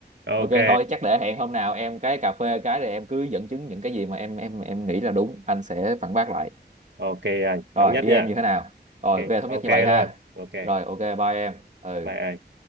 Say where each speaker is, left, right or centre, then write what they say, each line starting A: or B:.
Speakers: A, on the right; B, on the right.
A: ok
B: Ok thôi chắc để hẹn hôm nào em cái cà phê cái rồi em cứ dẫn chứng những cái gì mà em em em nghĩ là đúng anh sẽ phản bác lại.
A: ok anh
B: Rồi
A: thống nhất
B: ý
A: nha
B: em như thế nào? Rồi
A: ok
B: ok thống
A: ok
B: nhất như vậy ha.
A: luôn ok
B: Rồi ok bye em. Ừ.
A: bye anh